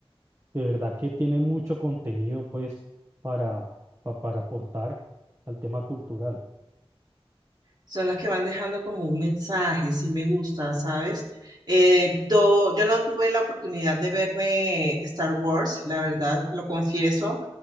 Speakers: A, on the right; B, on the right.
A: de verdad que tiene mucho contenido pues para, pa- para aportar al tema cultural.
B: son las que van dejando como un mensaje, si me gusta, ¿sabes? Eh, do- yo no tuve la oportunidad de verme Star Wars, la verdad, lo confieso,